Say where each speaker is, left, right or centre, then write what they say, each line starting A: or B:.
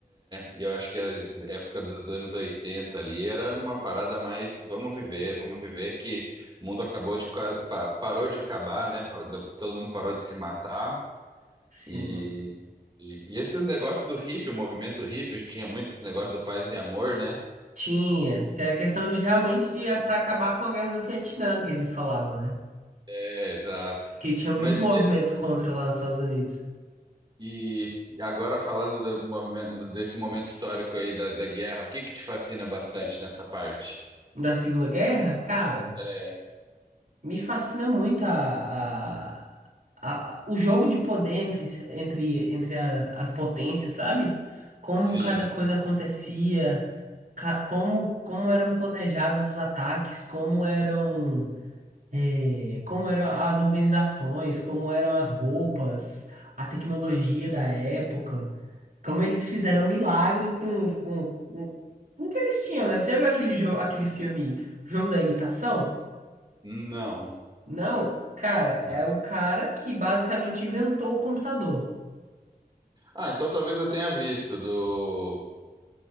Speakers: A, on the right (about 30°); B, on the right (about 55°).
A: E eu acho que a época dos anos 80 ali era uma parada mais, vamos viver, vamos viver que o mundo acabou de, ca- pa- parou de acabar, né? Pa- Todo mundo parou de se matar
B: Sim.
A: e E e esses negócios do hippie, o movimento hippie, tinha muito esse negócio do paz e amor, né?
B: Tinha, que era questão de realmente de para acabar com a guerra do Vietnã, que eles falavam, né?
A: É, exato.
B: Que tinha muito
A: Mas
B: movimento contra lá nos Estados Unidos.
A: e e agora falando do movimento- desse momento histórico aí da, da guerra, o que que te fascina bastante nessa parte?
B: Da Segunda Guerra, cara,
A: É,
B: me fascina muito a, a, a- o jogo de poder entre, entre, entre a- as potências, sabe? Como
A: sim,
B: cada coisa acontecia, ca- como, como eram planejados os ataques, como eram. é, como eram as organizações, como eram as roupas, a tecnologia
A: pode crer.
B: da época, como eles fizeram milagre com, com, com, com o que eles tinham, né? Você já viu aquele, jo aquele filme Jogo da Imitação?
A: Não,
B: Não, cara, é
A: não.
B: o cara que basicamente inventou o computador,
A: Ah, então talvez eu tenha visto do.